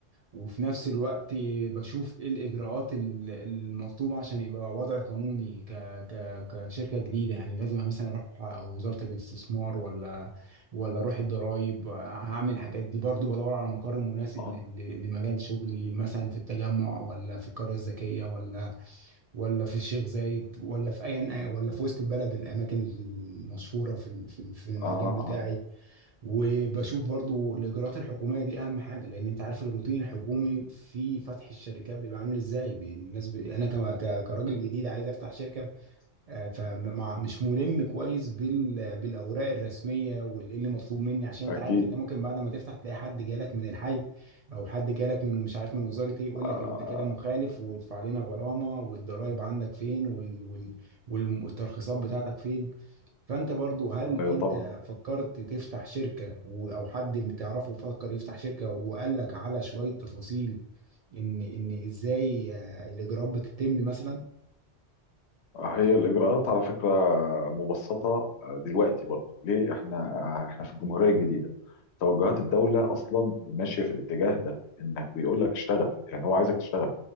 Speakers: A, on the right; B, on the left.
A: وفي نفس الوقت بشوف ايه الاجراءات ال- المطلوبه عشان يبقى وضع قانوني ك ك كشركه جديده يعني لازم مثلا اروح وزاره الاستثمار ولا ولا اروح الضرايب هعمل الحاجات دي برضو بدور على مقر مناسب
B: اه
A: لل- لمجال شغلي مثلا في التجمع ولا في القريه الذكيه ولا ولا في الشيخ زايد ولا في اي ولا في وسط البلد الاماكن المشهوره في ال- في ال- في المجال
B: اه اه
A: بتاعي
B: آه،
A: وبشوف برضو الاجراءات الحكوميه دي اهم حاجه لان انت عارف الروتين الحكومي في فتح الشركات بيبقى عامل ازاي بي- الناس ب... انا ك... ك... كراجل جديد عايز افتح شركه فمش ملم كويس بال... بالاوراق الرسميه وايه اللي مطلوب مني عشان انت
B: اكيد
A: عارف انت ممكن بعد ما تفتح تلاقي حد جالك من الحي او حد جالك من مش عارف من وزاره ايه يقول
B: آه
A: لك انت كده مخالف وادفع لنا غرامه والضرايب عندك فين وال... وال... وال- والترخيصات بتاعتك فين فانت برضو هل
B: ايوه
A: انت
B: طبعا
A: فكرت تفتح شركة و- او حد بتعرفه فكر يفتح شركة وقال لك على شوية تفاصيل ان ان ازاي آه، الاجراءات بتتم مثلا
B: هي الإجراءات على فكرة مبسطة آه، دلوقتي برضه ليه احنا آه، احنا في الجمهورية الجديدة توجهات الدولة أصلا ماشية في الاتجاه ده إنك بيقول لك اشتغل يعني هو عايزك تشتغل